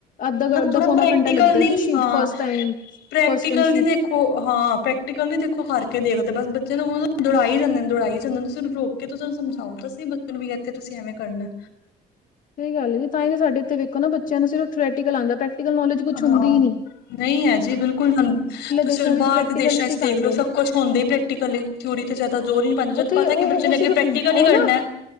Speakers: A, on the left; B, on the left.
A: ਅੱਧਾ-ਅੱਧਾ
B: ਮਤਲਬ ਥੋੜਾ
A: ਪੌਨਾ
B: ਪ੍ਰੈਕਟੀਕਲ
A: ਘੰਟਾ ਲੱਗਦਾ
B: ਨੀ
A: ਜੀ ਸ਼ੀਟ
B: ਹਾਂ
A: first time
B: practical
A: first time ਸ਼ੀਟ
B: ਨੀ ਦੇਖੋ ਹਾਂ, ਪ੍ਰੈਕਟੀਕਲ ਨੀ ਦੇਖੋ ਕਰਕੇ ਦੇਖਦੇ ਬੱਸ ਬੱਚੇ ਨੂੰ ਉਹ ਨੂੰ ਦੌੜਾ ਹੀ ਜਾਂਦੇ ਦੌੜਾਈ ਜਾਂਦੇ ਤੁਸੀਂ ਉਹਨੂੰ ਰੋਕ ਕਿ ਤੁਸੀਂ ਉਹਨੂੰ ਸਮਝਾਉ ਤਾਂ ਸੀਂ ਬੱਚੇ ਨੂੰ ਵੀ ਇੱਥੇ ਤੁਸੀਂ ਐਵੇਂ ਕਰਨਾ
A: ਸਹੀ ਗੱਲ ਐ ਜੀ ਤਾਂ ਹੀ ਜੇ ਸਾਡੇ ਇਥੇ ਵੇਖੋ ਨਾ ਬੱਚਿਆਂ ਨੂੰ ਸਿਰਫ ਥਰੈਟੀਕਲ ਆਂਦਾ ਪ੍ਰੈਕਟੀਕਲ ਨੋਜ ਕੁਛ
B: ਹਾਂ
A: ਹੁੰਦੀ ਨੀ
B: ਨਹੀਂ ਹੈ ਜੀ, ਬਿਲਕੁਲ ਤੁਸੀਂ
A: ਦੇਸ਼ਾਂ
B: ਹੁਣ
A: ਵਿੱਚ
B: ਬਾਹਰ
A: ਪ੍ਰੈਕਟੀਕਲ
B: ਦੇਸ਼ਾਂ
A: ਹੀ ਸਿਖਾਂਦੇ
B: ' ਦੇਖ ਲਓ
A: ਨੇ।
B: ਸਭ ਕੁਛ ਹੁੰਦਾ ਹੀ ਪ੍ਰੈਕਟੀਕਲ ਏ ਥਿਊਰੀ ਤੇ ਜ਼ਿਆਦਾ ਜ਼ੋਰ ਨਹੀਂ ਪਾਉਂਦੇ ਜਦੋਂ
A: ਉੱਥੇ
B: ਪਤਾ
A: ਉਹ-ਉਹ
B: ਕਿ ਬੱਚੇ ਨੇ
A: ਸਿਰਫ
B: ਅੱਗੇ ਪ੍ਰੈਕਟੀਕਲ
A: ਉਹ
B: ਈ ਕਰਨਾ।
A: ਨਾ